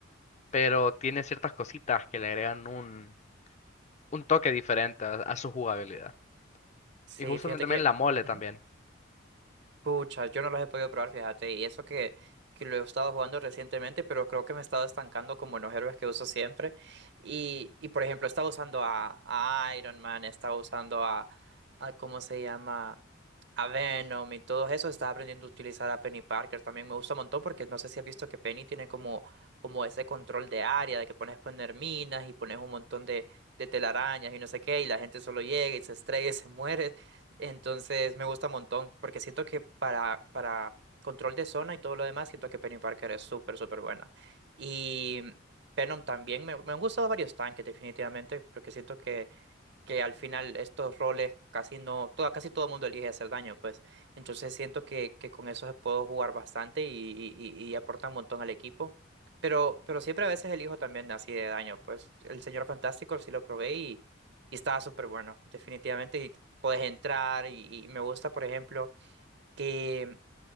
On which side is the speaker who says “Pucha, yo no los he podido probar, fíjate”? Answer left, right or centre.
Right